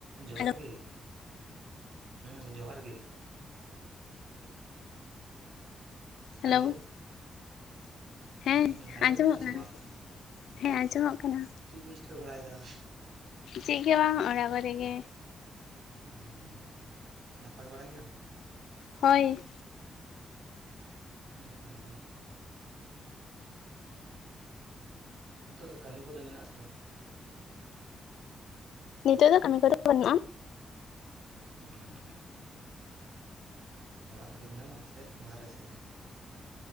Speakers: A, on the right; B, on the left.
A: ᱡᱚᱦᱟᱨ
B: ᱦᱮᱞᱳ
A: ᱜᱮ ᱦᱩᱸ ᱡᱚᱦᱟᱨ ᱜᱮ ᱦᱮᱞᱳ
B: ᱦᱮᱞᱳᱣ ᱦᱮᱸ
A: ᱦᱩᱸ ᱟᱸᱡᱚᱢᱮᱜ-ᱟᱢ
B: ᱟᱸᱡᱚᱢᱚᱜ
A: ᱥᱮ
B: ᱠᱟᱱᱟ
A: ᱵᱟᱝ
B: ᱦᱮᱸ ᱟᱸᱡᱚᱢᱚᱜ ᱠᱟᱱᱟ
A: ᱪᱮᱜ ᱠᱚᱢ ᱪᱤᱠᱟᱹ ᱵᱟᱲᱟᱭᱮᱫᱟ
B: ᱪᱮᱜ ᱜᱮ ᱵᱟᱝ ᱚᱲᱟᱜ ᱠᱚᱨᱮᱜ ᱜᱮ
A: ᱩᱸ ᱱᱟᱯᱟᱭ ᱵᱟᱲᱟ ᱜᱮᱭᱟᱢ
B: ᱦᱳᱭ
A: ᱱᱟᱯᱟᱭ ᱜᱮ ᱱᱤᱛᱚᱜ ᱫᱚ ᱠᱟᱹᱢᱤ ᱠᱚᱫᱚ ᱢᱮᱱᱟᱜ ᱟᱥᱮ ᱵᱟᱝ
B: ᱱᱤᱛᱚᱜ ᱫᱚ ᱠᱟᱹᱢᱤ ᱠᱚ ᱫᱚ ᱵᱟᱹᱱᱩᱜᱼᱟ
A: ᱦᱩᱸ ᱚᱲᱟᱜ ᱨᱮᱜᱮ ᱵᱮᱱᱟᱢᱼᱟ ᱥᱮ ᱵᱟᱦᱨᱮ ᱥᱮᱜ ᱨᱮ